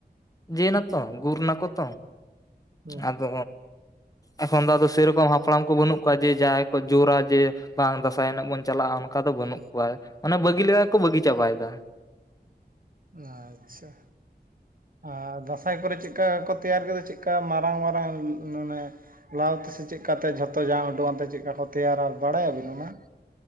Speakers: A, on the left (about 20°); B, on the right (about 55°).
A: ᱡᱮ ᱱᱟᱛᱚ ᱜᱩᱨ ᱱᱟᱠᱚ ᱛᱚ
B: ᱦᱩᱸ
A: ᱟᱫᱚ ᱮᱠᱷᱚᱱ ᱫᱚᱫᱚ ᱥᱮᱨᱚᱠᱚᱢ ᱦᱟᱯᱲᱟᱢ ᱠᱚ ᱵᱟᱹᱱᱩᱜ ᱠᱚᱣᱟ ᱡᱮ ᱡᱟᱦᱟᱸᱭ ᱠᱚ ᱡᱳᱨᱟ ᱡᱮ ᱵᱟᱝ ᱫᱟᱸᱟᱭ ᱮᱱᱮᱡ ᱵᱚᱱ ᱪᱟᱞᱟᱜ-ᱟ ᱚᱱᱠᱟ ᱫᱚ ᱵᱟᱹᱱᱩᱜ ᱠᱚᱣᱟ ᱚᱱᱮ ᱵᱟᱹᱜᱤ ᱞᱮᱠᱟ ᱞᱮᱠᱟ ᱠᱚ ᱵᱟᱹᱜᱤ ᱪᱟᱵᱟᱭᱮᱫᱟ
B: ᱟᱪᱪᱷᱟ ᱟᱨ ᱫᱟᱸᱥᱟᱭ ᱠᱚᱨᱮ ᱪᱮᱫᱠᱟ ᱠᱚ ᱛᱮᱭᱟᱨ ᱠᱮᱫᱟ ᱪᱮᱫᱠᱟ ᱢᱟᱨᱟᱝ ᱢᱟᱨᱟᱝ ᱟᱱᱮ ᱞᱟᱣ ᱛᱮᱥᱮ ᱪᱮᱫᱠᱟᱛᱮ ᱡᱷᱚᱛᱚ ᱡᱟᱝ ᱩᱰᱩᱠᱟᱱᱛᱮ ᱪᱮᱫᱠᱟ ᱠᱚ ᱛᱮᱭᱟᱨᱟ ᱵᱟᱲᱟᱭᱟᱵᱤᱱ ᱚᱱᱟ